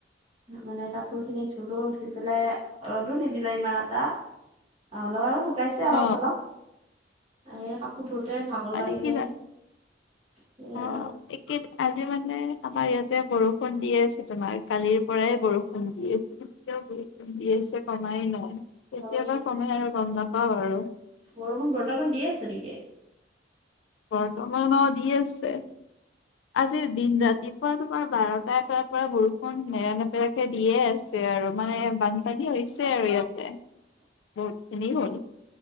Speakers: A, on the right; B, on the left.
A: মানে কাপোৰ কাপোৰ খিনি ধুলো, ধুই পেলাই ৰ'দো নিদিলে ইমান এটা। অ অ'লপ আৰু শুকাইছে অলপ
B: অ
A: চলপ। এ কাপোৰ ধোতে ভাগৰ
B: মানে
A: লাগিলে।
B: কি জা
A: সেয়াই
B: অ।
A: আৰু
B: একেই, আজি মানে আমাৰ ইয়াতে বৰষুণ দি আছে তোমাৰ, কালিৰ পৰাই বৰষুণ দি আছে। এতিয়াও বৰষুণ দি আছে কমাই নাই। কেতিয়াবা
A: অ নেকি
B: কমে আৰু গম নাপাওঁ আৰু।
A: বৰষুণ বৰ্তমান দি আছে নেকি?
B: বৰ্তমান দি আছে। আজিৰ দিন ৰাতিত, <unintelligible> বাৰটা এটাৰ পৰা বৰষুণ নেৰানেপেৰাকে দিয়ে আছে আৰু মানে বান পানী হৈছে আৰু ইয়াতে।
A: <unintelligible>
B: বহুত খিনি হ'ল।